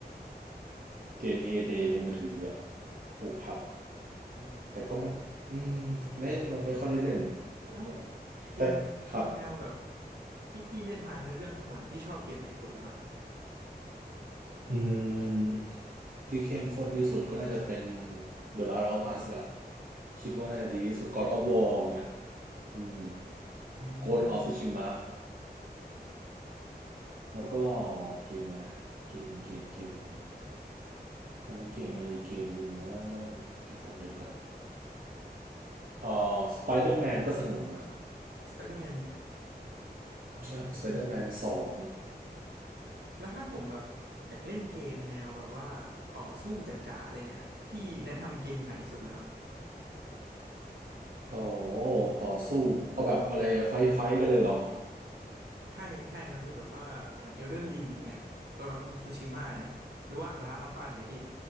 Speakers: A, on the right; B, on the right.
A: เกมเฮเดในมือถืออะปลูกผัก
B: อ๋อ
A: แต่ก็มันอืมไม่เราไม่ค่อยได้เล่น
B: แล้ว
A: แต่
B: เกมเกมแนวแบบ
A: แต่ครับ
B: ที่พี่เล่นมาในเรื่องทั้งหมดเนี่ยพี่ชอบเกมไหนสุดแล้วครับ
A: อืมที่เข้มข้นที่สุดก็น่าจะเป็น The Last of Us แหละคิดว่าน่าจะดีที่สุด God of War เงี้ยอืม
B: อ๋อ
A: Ghost of Tsushima แล้วก็เกมอะไรนะเกมเกมเกมมันมีเกมอะไรอีกเกมหนึ่งนะเดี๋ยวก่อนพี่ขอนึกก่อนเอ่อ Spider-Man ก็สนุกนะ
B: สไปเดอร์แมนอ๋อครับพี่
A: ใช่ Spider-Man สอง
B: แล้วถ้าผมแบบอยากเล่นเกมแนวแบบว่าต่อสู้จ๋าๆเลยเนี่ยพี่แนะนำเกมไหนสุดแล้วครับ
A: อ๋อต่อสู้เอาแบบอะไรไฟไฟกันเลยเหรอ
B: ใช่ใช่ครับพี่แบบว่าเหมือน Elden Ring อย่างเงี้ย Ghost of Tsushima นะหรือว่า Last of Us เนี่ยพี่